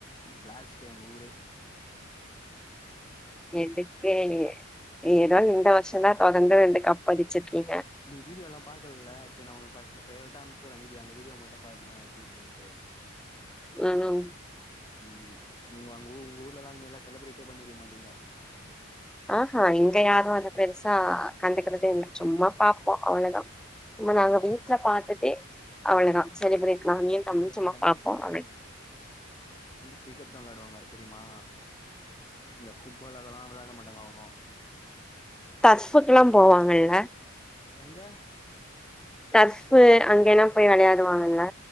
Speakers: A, on the left; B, in the centre.
A: பிளாஸ்ட்டு எங்க ஊரே
B: எதுக்கு ஏதோ இந்த வர்ஷோ வர்சோதா தொடந்து ரெண்டு கப் அடுச்சிருக்கீங்க
A: நீ வீடியோலா பாக்கலல்ல சரி நா உனக்கு பச ப்ரைவேட்டா அனுப்ச்சுட்ற வீடியோ அந்த வீடியோ மட்டு பாரு நா எப்டி இருக்கண்டு
B: ம்
A: ம் நீங்க அங்க உங்க ஊர்லல்லா இந்தமாரில்லா செலப்ரேட்டே பண்ணிருக்க மாட்டீங்க
B: ஆஹ இங்க யாரு அத பெருசா கண்டுக்றதே இல்ல சும்மா பாப்போ அவ்ளோதா இத
A: அப்படியா
B: நாங்க வீட்ல பாத்துட்டே அவ்ளோதா செலிப்ரேட்னாலே தஞ்சமா
A: இங்க சென்னை
B: பாப்போ அவள
A: கிரிக்கெட்தா விளையாடுவாங்க தெரியுமா இந்த ஃபுட்பால் அதெல்லா விளையாட மாட்டாங்க அவோளோ
B: தர்ஃபுக்கு எல்லா போவாங்கல்ல
A: எங்க
B: தர்ஃபு அங்கெலா போய் விளையாடுவாங்க